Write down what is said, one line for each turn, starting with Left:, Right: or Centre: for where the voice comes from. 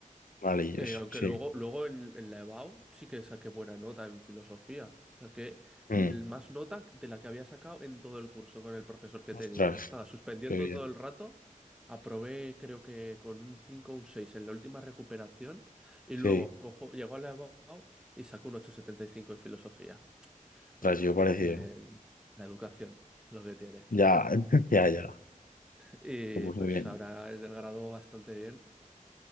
Left: vale, yo
Centre: Eh, aunque
Left: sí.
Centre: luego, luego en, en la EBAU sí que saqué buena nota en filosofía. Saqué
Left: Mm,
Centre: mm, más nota de la que había sacado en todo el curso con el profesor que
Left: Ostras,
Centre: tenía. que Estaba suspendiendo
Left: qué bien.
Centre: todo el rato. Aprobé creo que con un 5 o un 6 en la última recuperación. Y luego
Left: Sí,
Centre: cojo, llegó a la EBAU y sacó un 8,75 en filosofía.
Left: ostras,
Centre: Bueno,
Left: yo parecido.
Centre: eh, la educación, es lo que tiene.
Left: Ya, <laughs> ya, ya.
Centre: Y
Left: Pues
Centre: pues
Left: muy bien.
Centre: ahora en el grado bastante bien.